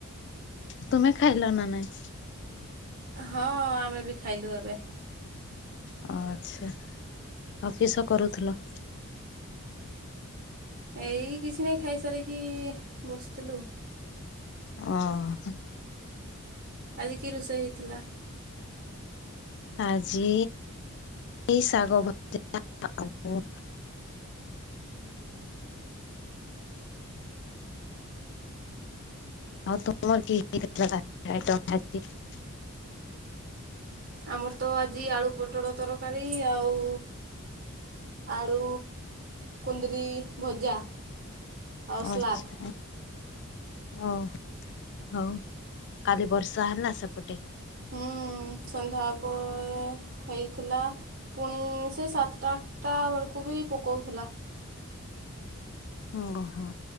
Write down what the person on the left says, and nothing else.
ତୁମେ ଖାଇଲ ନା ନାଇଁ।
ଓ ଆଚ୍ଛା ଆଉ କିସ କରୁଥିଲ?
ଓ ହୋ।
ଆଜି ଏଇ ଶାଗ ଭଜା ଆଉ। ଆଉ ତମର କିଏ କିଏ କେତେଟା। <unintelligible>
ଆଚ୍ଛା। ହଉ ହଉ କାଲି ବର୍ଷା ହେଲା ସେପଟେ?
ଓହୋ।